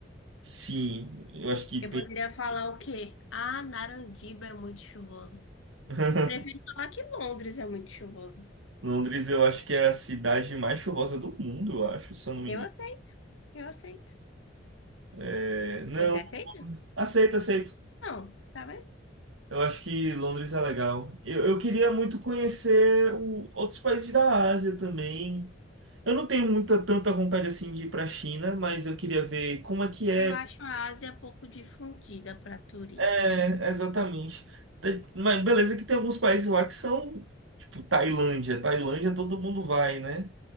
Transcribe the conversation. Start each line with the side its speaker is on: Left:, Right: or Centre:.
Right: Sim, eu acho que
Left: Eu
Right: tem.
Left: poderia falar o quê? Ah, Narandiba é muito chuvoso.
Right: <laughs>
Left: Prefiro falar que Londres é muito chuvoso.
Right: Londres, eu acho que é a cidade mais chuvosa do mundo, eu acho, se eu não me
Left: Eu
Right: engano.
Left: aceito. Eu aceito.
Right: É, não,
Left: Você aceita?
Right: aceito, aceito.
Left: Não, tá vendo?
Right: Eu acho que Londres é legal. Eu, eu queria muito conhecer o- outros países da Ásia também. Eu não tenho muita tanta vontade assim de ir para a China, mas eu queria ver como é que é.
Left: Eu acho a Ásia pouco difundida para turismo.
Right: É, exatamente. Te- Mas beleza que tem alguns países lá que são, tipo, Tailândia. Tailândia todo mundo vai, né?